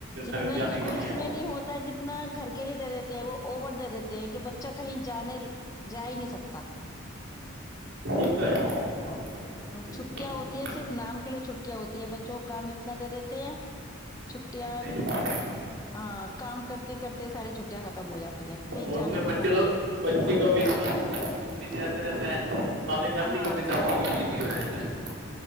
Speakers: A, on the left; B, on the right.
A: جتنا
B: پھر تو جانے
A: اسکولس
B: کے لیے
A: میں نہیں ہوتا ہے جتنا اتنا گھر کے لیے دے دیتے ہیں وہ اور دے دیتے ہیں کہ بچہ کہیں جانے جا ہی نہیں سکتا
B: یہ تو ہے یہ تو ہے صحیح
A: چھٹیاں ہوتی ہیں صرف نام کے لیے چھٹیاں ہوتی ہیں بچوں کو کام اتنا دے دیتے ہیں چھٹیاں
B: صحیح بات ہے
A: ہاں کام کرتے کرتے ساری چھٹیاں ختم ہو جاتی ہیں کہیں
B: اور
A: جانے
B: تمہیں
A: کا
B: بچے
A: موقع
B: تو
A: ہی نہیں
B: بچے کا بھی بزی رہتے رہتے ہیں تو فیملی
A: ہاں
B: کا بھی ساتھ بزی ہو جاتا ہے